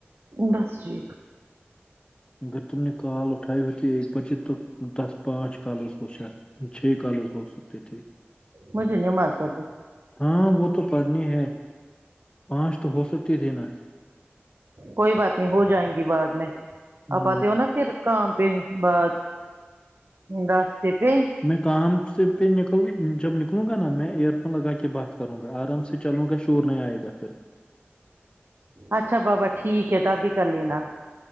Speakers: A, on the right; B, on the left.
A: بس جی
B: اگر تم نے کال اٹھائی ہوتی ایک بجے تو دس پانچ کالز شاید چھ کالز ہو سکتے تھے
A: مجھے نماز پڑھنی
B: ہاں وہ تو پڑھنی ہے پانچ تو ہو سکتی تھی نا
A: کوئی بات نہیں ہو جائیں گی بعد میں
B: ہم،
A: آپ آتے ہو نا پھر کام پہ بعد رستے پہ
B: میں کام سے پہ نکل جب نکلوں گا نا میں ایئر فون لگا کے بات کروں گا آرام سے چلوں گا ش ور نہیں آئے گا پھر
A: اچھا بابا ٹھیک ہے تبھی کر لینا